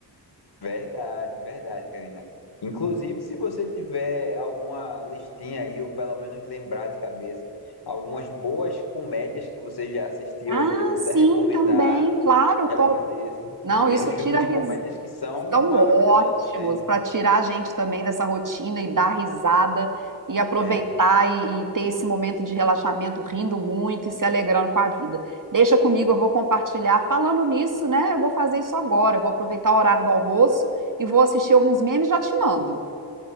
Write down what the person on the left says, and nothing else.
verdade, verdade, Karina. Inclusive, se você tiver alguma listinha aí, ou pelo menos lembrar de cabeça, algumas boas comédias que você já assistiu
aí, puder
recomendar,
já agradeço.
E tem
os filmes
de
comédias que são
maravilhosos,
né?
É.